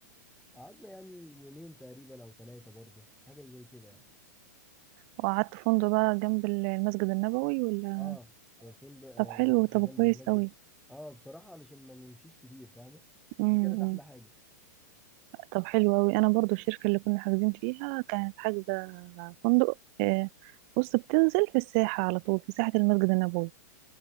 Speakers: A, in the centre; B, on the right.
A: قعدنا يعني يومين تقريبا او ثلاثه برضه حاجه زي كده يعني
B: وقعدت في فندق بقى جنب ال- المسجد النبوي ولا
A: اه فندق آه
B: طب حلو
A: فندق
B: طب
A: جنب
B: كويس
A: المسجد
B: قوي
A: اه بصراحه علشان ما نمشيش كتير فاهمه
B: امم
A: دي كانت احلى حاجه
B: طب حلو قوي انا برضو الشركه اللي كنا حاجزين فيها كانت حاجزه فندق آه، بص بتنزل في الساحه على طول في ساحه المسجد النبوي